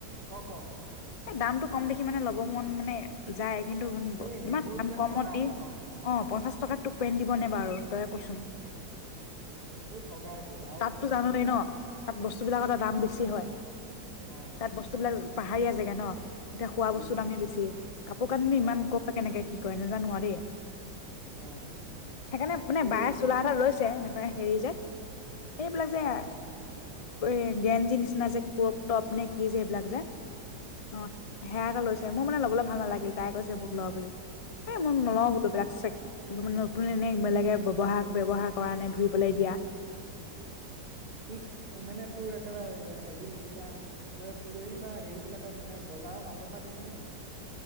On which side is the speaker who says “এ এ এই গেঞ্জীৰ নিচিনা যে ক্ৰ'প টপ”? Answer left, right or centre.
Left